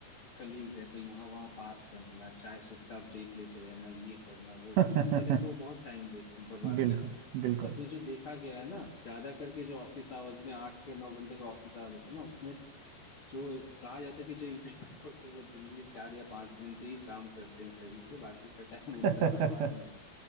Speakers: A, on the left; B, on the right.
A: कलीग्स है तो यहाँ वहाँ बात करना चाय सुट्टा ब्रेक लेते रहना ये करना वो
B: <laughs>
A: करना ऐसे करके वो बहुत टाइम देते हैं बर्बाद
B: बिल्कुल
A: करते हैं
B: बिल्कुल
A: इसमें जो देखा गया है ना ज्यादा करके जो ऑफिस आवर्स में आठ या नौ घंटे का ऑफिस आवर्स होता है ना उसमें जो कहा जाता है कि जो एम्प्लॉयज <laughs> होते हैं वो जनरली चार या पांच घंटे ही काम करते हैं सही से बाकी का टाइम उनका
B: हाँ
A: बर्बादी
B: <laughs>